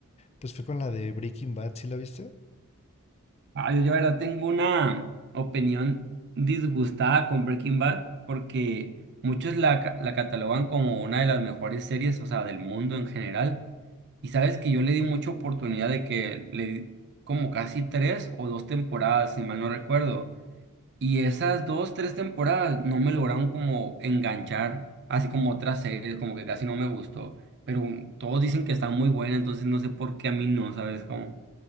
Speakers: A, on the left; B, on the right.
A: pues fue con la de Breaking Bad, ¿sí la viste?
B: Ah, yo, yo la verdad tengo una opinión disgustada con Breaking Bad porque muchos la, ca- la catalogan como una de las mejores series, o sea, del mundo en general. Y sabes que yo le di mucha oportunidad de que le di como casi tres o dos temporadas, si mal no recuerdo. Y esas dos, tres temporadas no me lograron como enganchar, así como otras series, como que casi no me gustó. Pero todos dicen que está muy buena, entonces no sé por qué a mí no, ¿sabes cómo?